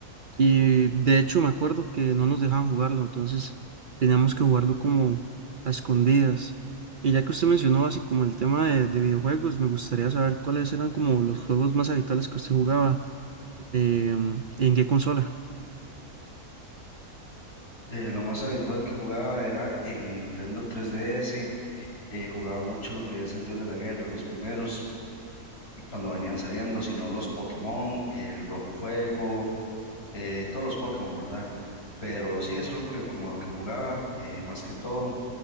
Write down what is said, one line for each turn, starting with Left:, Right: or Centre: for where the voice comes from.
Right: Y de hecho me acuerdo que no nos dejaban jugarlo, entonces teníamos que jugarlo como a escondidas. Y ya que usted mencionó así como el tema de, de videojuegos, me gustaría saber cuáles eran como los juegos más habituales que usted jugaba em, y en qué consola.
Left: Eh, lo más habitual que jugaba era en Nintendo 3DS, eh, jugaba mucho lo que es el Dios de la Guerra, los primeros, cuando venían saliendo, sino los Pokémon, el Rojo Fuego, eh, todos los Pokémon, ¿verdad? Pero sí, eso es lo que, como lo que jugaba, eh, más que todo